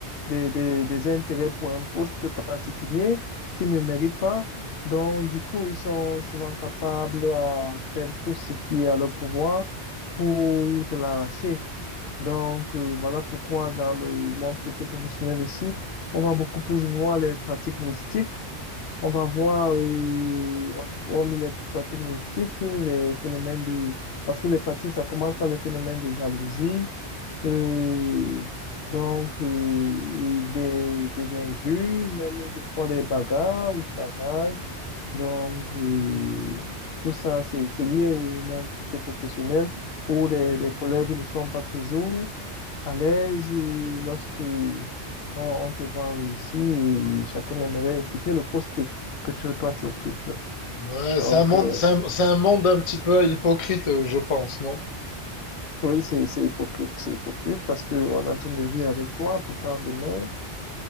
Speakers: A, on the left; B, on the left.
A: des, des, des intérêts pour un poste particulier qui ne méritent pas. Donc, du coup, ils sont souvent capables à faire tout ce qui est à leur pouvoir pour te l'arracher. Donc, euh, voilà pourquoi dans le monde socio-professionnel ici, on va beaucoup plus voir les pratiques mystiques. On va voir, euh, hormis les pratiques mystiques, les phénomènes de... Parce que les pratiques, ça commence par les phénomènes de jalousie, euh, donc euh, et des, des injures, même des fois des bagarres au travail. Donc, euh, tout ça, c'est c'est lié au monde socio-professionnel où les, les collègues ne sont pas toujours à l'aise et lorsque on, on te voit réussir, et chacun aimerait occuper le poste que tu- toi tu occupes.
B: Ouais,
A: Donc,
B: c'est un monde,
A: euh,
B: c'est un, c'est un monde un petit peu hypocrite, euh, je pense, non?
A: oui, c'est, c'est hypocrite, c'est hypocrite parce que on est en train de rire avec toi, pourtant demain,